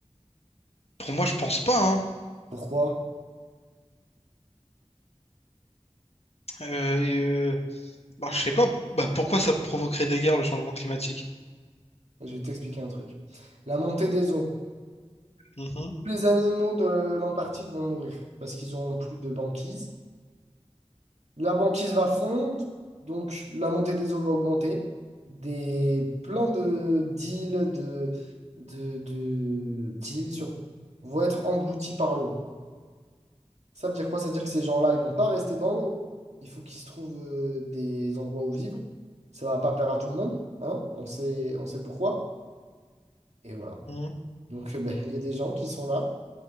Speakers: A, on the left; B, on the right.
A: pour moi, je pense pas, hein.
B: Pourquoi?
A: Euh, et, euh, bah, je sais pas. Bah, pourquoi ça provoquerait des guerres, le changement climatique?
B: Je vais t'expliquer un truc. La montée des eaux.
A: Mhm,
B: tous les animaux de l'Antarctique vont mourir parce qu'ils n'auront plus de banquise. La banquise va fondre, donc la montée des eaux va augmenter. Des, plein de d'îles, de, de, de- d'îles surtout, vont être englouties par l'eau. Ça veut dire quoi? Ça veut dire que ces gens-là, ils vont pas rester dans l'eau. Il faut qu'ils se trouvent euh, des endroits où vivre. Ça va pas plaire à tout le monde, hein? On sait, on sait pourquoi. Et voilà.
A: mhm.
B: Donc, euh, ben, <laughs> il y a des gens qui sont là